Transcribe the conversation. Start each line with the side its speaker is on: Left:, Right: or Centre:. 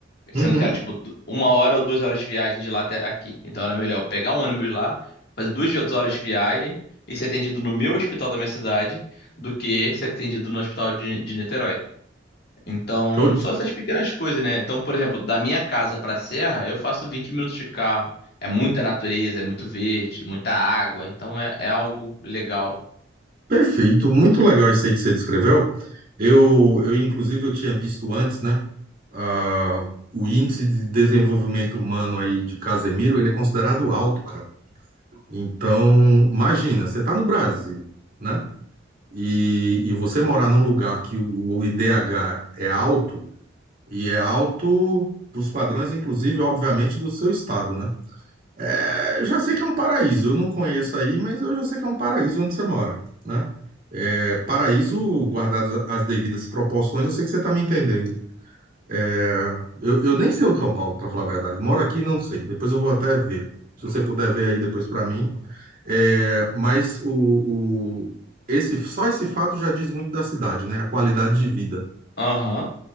Right: uhum.
Left: Sendo que era tipo du- uma hora ou duas horas de viagem de lá até aqui. Então era melhor pegar um ônibus lá, fazer duas horas de viagem e ser atendido no meu hospital da minha cidade do que ser atendido no hospital de, de Niterói. Então,
Right: Show. de-
Left: só essas pequenas coisas, né? Então, por exemplo, da minha casa pra serra, eu faço 20 minutos de carro. É muita natureza, é muito verde, muita água. Então, é, é algo legal.
Right: Perfeito. Muito legal isso aí que você descreveu. Eu, eu inclusive, eu tinha visto antes, né? ah, o índice de desenvolvimento humano aí de Casemiro, ele é considerado alto, cara. Então, imagina, você está no Brasil, né? E, e você morar num lugar que o, o IDH é alto, e é alto para os padrões, inclusive, obviamente, do seu estado, né? É, já sei que é um paraíso. Eu não conheço aí, mas eu já sei que é um paraíso onde você mora, né? É, paraíso, guardadas as devidas proporções, eu sei que você está me entendendo. É, eu, eu nem sei onde é São Paulo, para falar a verdade. Moro aqui, e não sei. Depois eu vou até ver. Se você puder ver aí depois para mim. É, mas o, o- esse, só esse fato já diz muito da cidade, né? A qualidade de vida.
Left: Aham,